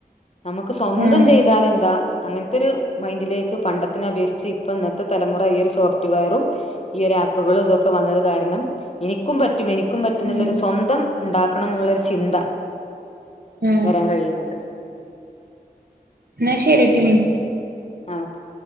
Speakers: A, on the left; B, on the right.
A: നമുക്ക് സ്വന്തം
B: ആഹ്.
A: ചെയ്താലന്താ അങ്ങനത്തെ ഒരു മൈൻഡിലേക്ക് പണ്ടത്തിനെ അപേക്ഷിച്ച് ഇപ്പ ഇന്നത്തെ തലമുറ ഈ ഒരു സോഫ്റ്റ്‌വെയറും ഈ ഒരു ആപ്പുകളും ഇതൊക്കെ വന്നത് കാരണം എനിക്കും പറ്റും എനിക്ക് ക്കും പറ്റുന്നുല്ലഒരു
B: ഉം
A: സ്വന്തം ഇണ്ടാക്കണം എന്നുള്ളൊരു ചിന്ത
B: ആ
A: വരാൻ കഴിയുന്നുണ്ട്
B: ഇന്നാ ശരിട്ടിലേ
A: ആ ഓക്കെ